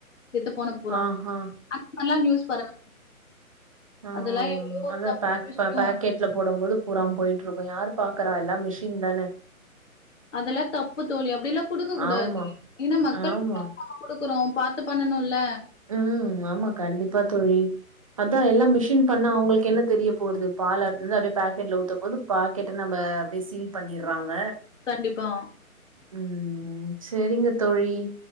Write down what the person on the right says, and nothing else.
ஆஹா.
அ
அத
ப
பக்கெட் வீட்டுல போடும் போது பூரா போயிட்டு இருக்கு யாரு பாக்குற எல்லா மிஷின் தான
ஆமா,
ஆமா.
ம் ஆமா கண்டிப்பா தோழி அதா எல்லா மிஷின் பண்ணா அவங்களுக்கு என்ன தெரிய போறது பால் அந்து அப்டியே பேக்கெட்ல ஊத்த போது பாக்கெட்டு நம்ம அப்டியே சீல் பண்ணிறாங்க
ம் செரிங்க தோழி